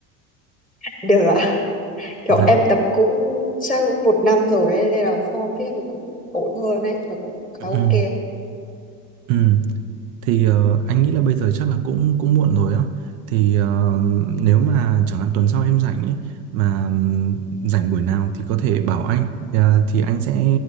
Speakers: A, in the centre; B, on the right.
A: được ạ kiểu
B: dạ
A: em tập cũng chắc cũng một năm rồi ấy nên là form viết nó cũng ổn hơn ấy và cũng khá
B: ừ
A: ok
B: ừ thì ờ, anh nghĩ là bây giờ chắc là cũng cũng muộn rồi á thì ờ, nếu mà chẳng hạn tuần sau em rảnh ấy mà ừm, rảnh buổi nào thì có thể bảo anh Ờ, thì anh sẽ